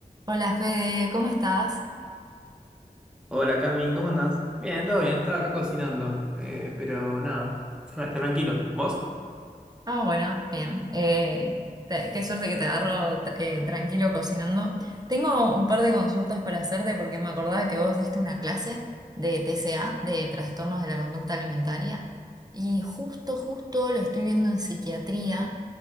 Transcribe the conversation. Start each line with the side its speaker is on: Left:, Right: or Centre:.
Right: Hola Fede, ¿cómo estás?
Centre: Hola Cami, ¿cómo andás? Bien, todo bien, estaba acá cocinando, eh, pero nada, tra- tranquilo. ¿Vos?
Right: Ah, bueno, bien. Eh, te- qué suerte que te agarro tra- eh, tranquilo cocinando. Tengo un par de consultas para hacerte porque me acordaba que vos diste una clase de TCA, de trastornos de la conducta alimentaria, y justo, justo lo estoy viendo en psiquiatría.